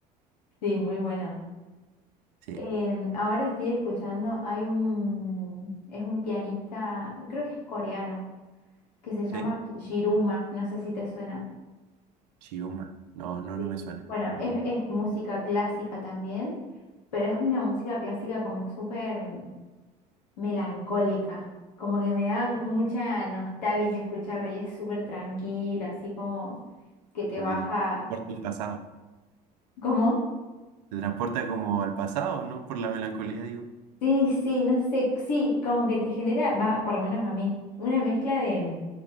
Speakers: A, on the left (about 80°); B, on the right (about 75°).
A: Sí, muy bueno.
B: Sí,
A: Em, ahora estoy escuchando, hay un, es un pianista, creo que es coreano, que se llama
B: sí,
A: Shiruma, no sé si te suena.
B: Chiruma. No, no,
A: Sí.
B: no me suena.
A: Bueno,
B: No,
A: es, es música clásica también, pero es una música clásica como súper mm, melancólica, como que me da mucha nostalgia escucharlo y es súper tranquilo, así como que te
B: como
A: baja,
B: que te transporta al pasado.
A: ¿cómo?
B: Te transporta como al pasado, ¿no? Por la melancolía, digo.
A: Sí, sí, no sé, sí, como que te genera, va, por lo menos a mí, una mezcla de...